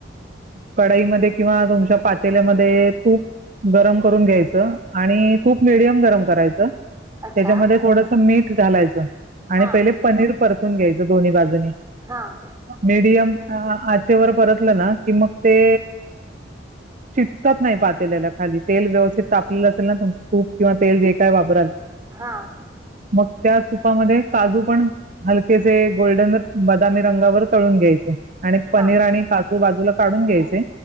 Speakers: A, on the right (about 45°); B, on the right (about 15°).
A: कडाईमध्ये किंवा तुमच्या पातेल्यामध्ये तूप गरम करून घ्यायच आणि तूप मिडियम गरम करायचं
B: अच्छा
A: त्याच्यामध्ये थोडस मीठ घालायचं. आणि
B: हां
A: पहिले पनीर परतून घ्यायचं दोन्ही बाजून
B: हां
A: मेडियम परतलं ना कि मग ते चिटकत नाही पातेल्याला खाली तेल व्यवस्थित तापलेलं असेल ना तुमच तूप किंवा तेल जे काय वापराल
B: हां
A: मग त्या तूपामध्ये काजू पण हलकेसे गोल्डन बदामी रंगावर तळून घ्यायचे आणि पनीर
B: हां
A: आणि काजू बाजूला घ्यायचे